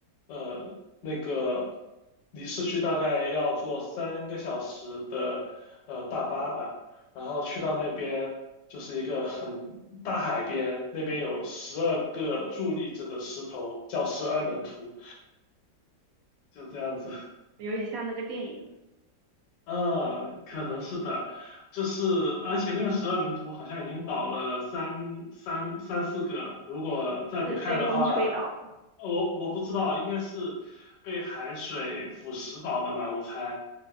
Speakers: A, on the left (about 85°); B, on the right (about 70°).
A: 呃那个离市区大概要坐三个小时的呃大巴吧，然后去到那边就是一个很大海边，那边有十二个伫立着的石头，叫十二门徒，就这样子。
B: 有点像那个电影，
A: 呃，可能是的，就是而且那个十二门徒好像已经倒了三三三四个了，如果再不看的话，
B: 是被风吹倒了嘛？
A: 我我不知道，应该是被海水腐蚀倒的吧，我猜。